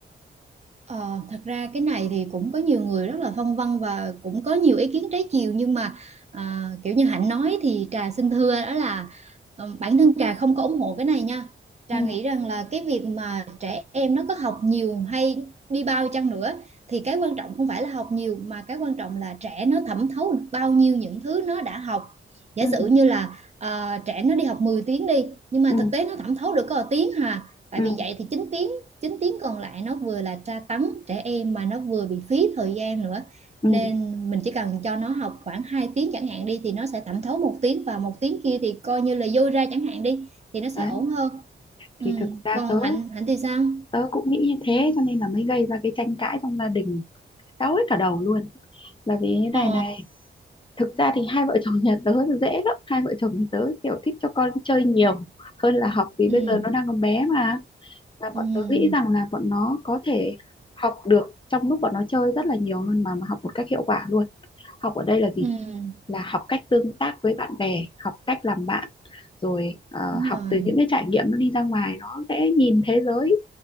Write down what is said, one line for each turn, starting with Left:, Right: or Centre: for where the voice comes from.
Right: ờ, thật ra cái này thì cũng có nhiều người rất là phân vân và cũng có nhiều ý kiến trái chiều nhưng mà à, kiểu như Hạnh nói thì Trà xin thưa đó là ờ, bản thân Trà không có ủng hộ cái này nha Trà
Left: Ừ,
Right: nghĩ rằng là cái việc mà trẻ em nó có học nhiều hay đi bao chăng nữa thì cái quan trọng không phải là học nhiều mà cái quan trọng là trẻ nó thẩm thấu được bao nhiêu những thứ nó đã học giả
Left: ừ,
Right: sử như là ờ, trẻ nó đi học 10 tiếng đi nhưng mà
Left: ừ,
Right: thực tế nó thẩm thấu được có 1 tiếng hà tại
Left: ừ,
Right: vì vậy thì chín tiếng 9 tiếng còn lại nó vừa là tra tấn trẻ em mà nó vừa bị phí thời gian nữa
Left: ừ.
Right: nên mình chỉ cần cho nó học khoảng 2 tiếng chẳng hạn đi thì nó sẽ thẩm thấu một tiếng và một tiếng kia thì coi như là dôi ra chẳng hạn đi thì nó sẽ
Left: Đấy,
Right: ổn hơn ừ.
Left: thì thực ra
Right: còn
Left: tớ
Right: Hạnh Hạnh thì sao
Left: tớ cũng nghĩ như thế cho nên là mới gây ra cái tranh cãi trong gia đình cáu hết cả đầu luôn. Là vì thế này
Right: ờ
Left: này, thực ra thì hai vợ chồng nhà tớ nó dễ lắm, hai vợ chồng nhà tớ kiểu thích cho con chơi nhiều hơn là học vì
Right: ừ
Left: bây giờ nó đang còn bé mà và bọn
Right: ừ
Left: tớ nghĩ rằng là bọn nó có thể học được trong lúc bọn nó chơi rất là nhiều hơn mà, mà học một cách hiệu quả luôn học ở đây là gì
Right: ừ
Left: là học cách tương tác với bạn bè học cách làm bạn rồi ờ,
Right: đúng
Left: học
Right: rồi
Left: từ những cái trải nghiệm nó đi ra ngoài nó sẽ nhìn thế giới